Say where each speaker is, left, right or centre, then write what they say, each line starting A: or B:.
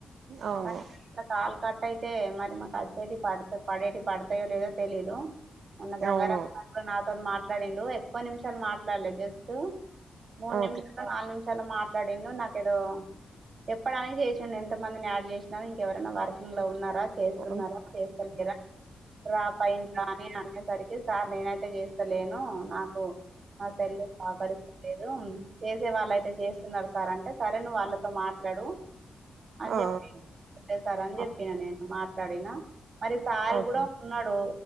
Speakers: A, on the right; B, on the right.
A: అవును
B: కా ఇలా కాలు కట్అయితే మరి మాకు అచ్చోటి పడ్త పడేటి పడతాయో లేదో తెలీదు మొన్న గంగారావ్
A: అవును
B: <unintelligible> నా మాట్లాడిండు ఎక్కువ నిమిషాలు మాట్లాడ్లే జస్టు మూడు
A: ఓకే
B: నిమిషాలు నాలుగు నిమిషాలు మాట్లాడిండు నాకు ఏదో చెప్పడానికి చేసిండు ఇంత మందిని యాడ్ జేసినా ఇంకెవరైన వర్కింగ్ లో ఉన్నార చేస్తున్నారు
A: ఓకే
B: చేస్తలేరా డ్రాప్ అయిన్రా అని అనేసరికి అయితే సార్ నేనయితే జేస్తలేను నాక్ నా సెల్ సహకరిస్తలేద్ చేసే వాళ్ళు అయితే చేస్తున్నారు సార్ అంటే సరే నువ్వు వాళ్ళతో మాట్లాడు అని
A: ఆ
B: చెప్పి సరే సార్ అని జెప్పిన
A: ఆ
B: నేను మాట్లాడినా మరి సార్
A: ఓకే
B: గూడా ఉన్నాడు